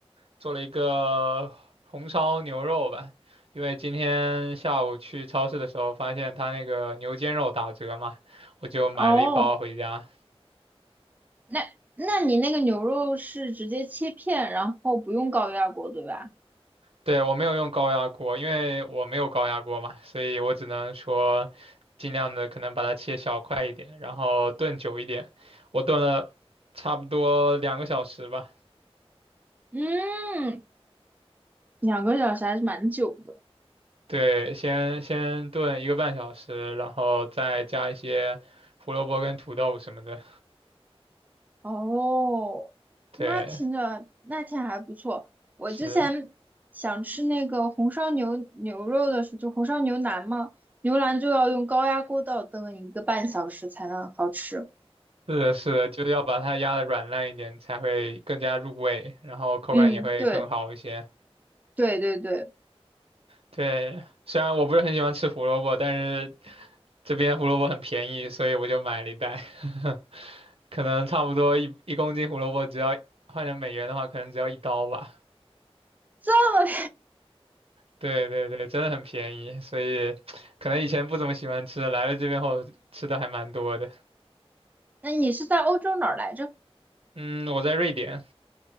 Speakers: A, on the right; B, on the right.
A: 做了一个红烧牛肉吧，因为今天下午去超市的时候发现他那个牛肩肉打折嘛，我就买了一包回家。
B: 哦。那那你那个牛肉是直接切片，然后不用高压锅，对吧？
A: 对，我没有用高压锅，因为我没有高压锅嘛，所以我只能说尽量的可能把它切小块一点，然后炖久一点。我炖了差不多两个小时吧，
B: 嗯，两个小时还是蛮久的。
A: 对，先先炖一个半小时，然后再加一些胡萝卜跟土豆什么的。
B: 哦，
A: 对，
B: 那听着那天还不错。我之前想吃那个红烧牛牛肉的时候，
A: 是
B: 就红烧牛腩嘛，牛腩就要用高压锅倒炖一个半小时才能好吃。
A: 是的，是的，就要把它压的软烂一点，才会更加入味，然后口感也会更好一些。
B: 嗯，对对对对，
A: 对，虽然我不是很喜欢吃胡萝卜，但是这边胡萝卜很便宜，所以我就买了一袋，<laughs> 可能差不多一一公斤胡萝卜只要换成美元的话，可能只要一刀吧。
B: 这么，
A: 对对对，真的很便宜，所以可能以前不怎么喜欢吃，来了这边后吃的还蛮多的。
B: <laughs> 那你是在欧洲哪儿来着？
A: 嗯，我在瑞典，